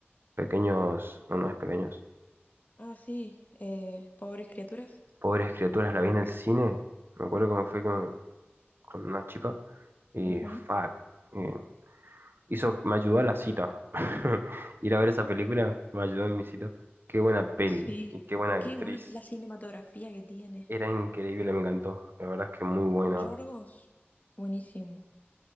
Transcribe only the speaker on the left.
Ah, sí, eh, Pobres Criaturas.
Ujú.
Sí,
qué bueno la cinematografía que tiene.
Yorgos, buenísimo.